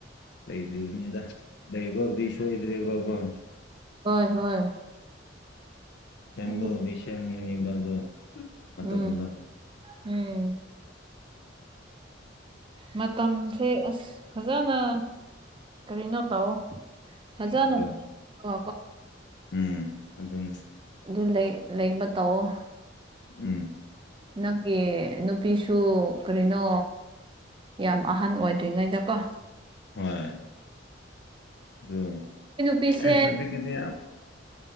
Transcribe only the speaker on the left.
ꯂꯩꯗ꯭ꯔꯤꯕꯅꯤꯗ ꯂꯩꯕꯕꯨꯗꯤ ꯁꯣꯏꯗ꯭ꯔꯦꯕꯕ
ꯁꯦꯝꯕ
ꯍꯧꯗꯤ ꯁꯦꯝꯒꯅꯤꯕꯗꯣ ꯃꯇꯝꯗ
ꯍꯣꯏ
ꯎꯝ ꯑꯗꯨꯅꯤ
ꯎꯝ
ꯍꯣꯏ ꯑꯗꯨ
ꯑꯦ ꯍꯧꯖꯤꯛꯀꯤꯗꯤ